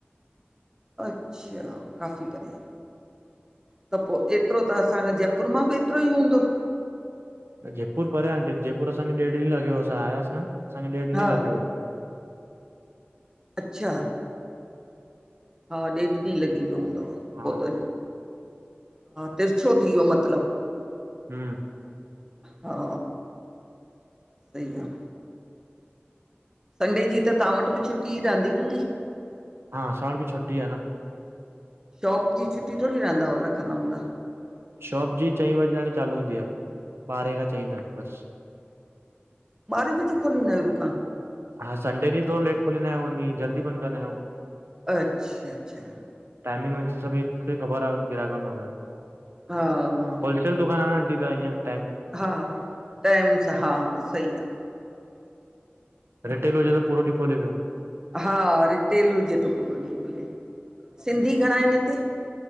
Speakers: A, on the right (about 15°); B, on the right (about 80°).
A: अच्छा काफ़ी परे आ त पोइ एतिरो त असांजे जयपुर मां बि एतिरो ई हूंदो
B: जयपुर परे आहे आंटी जयपुर असांखे ॾेढ ॾींहुं लॻियो असां आयासीं न असांखे ॾेढु ॾींहुं
A: हा
B: लॻियो हो
A: अच्छा हा ॾेढ ॾींहुं लॻी वियो हूंदव
B: हा
A: पोइ त हा तिरछो थी वियो मतिलबु
B: हम्म
A: हा सही आ संडे जी त तव्हां वट बि छुटी ई रहंदी हूंदी
B: हा असां वट बि छुटी आ न
A: शॉप जी छुटी थोरी रहंदा हो रखंदा हूंदा
B: शॉप जी चईं बजे ताणी चालू हूंदी आ ॿारहें खां चईं ताई बसि
A: ॿारहें बजे खोलिंदा आहियो दुकान
B: हा संडे ॾींहुं थोरो लेट खोलिंदा आहियूं वञी जल्दी बंदि कंदा आहियूं
A: अच्छा अच्छा
B: टाइमिंग जी सभिन खे ख़बर आ गिराकनि वगैरह
A: हा हा
B: होलसेल दुकान आ न आंटी त इअं
A: हा हा टाइमु सां हा सही आ
B: रिटेल हुजे त पूरो ॾींहुं खोले वेयो
A: हा रिटेल हुजे त पूरो ॾींहुं खुले सिंधी घणा आहिनि हिते